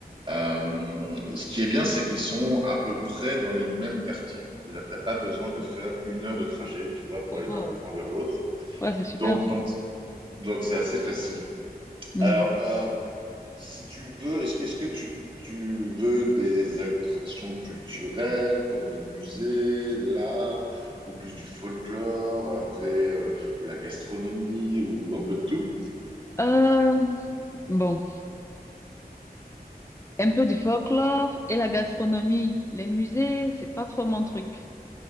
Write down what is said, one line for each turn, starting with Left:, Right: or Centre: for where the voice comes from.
Right: euh, ce qui est bien, c'est qu'ils sont à peu près dans les mêmes quartiers. C'est-à-dire que tu n'as pas besoin de faire une heure de trajet, tu vois, pour
Left: Oh,
Right: aller d'un point vers l'autre.
Left: ouais, c'est super
Right: Donc,
Left: ça.
Right: donc donc c'est assez facile.
Left: Mhm.
Right: Alors, euh, si tu veux, est-ce, que- est-ce que tu, tu veux des attractions culturelles comme des musées, l'art, ou plus du folklore, après, euh, ou la gastronomie, ou un peu de tout?
Left: Euh, bon, un peu du folklore et la gastronomie. Les musées, c'est pas trop mon truc.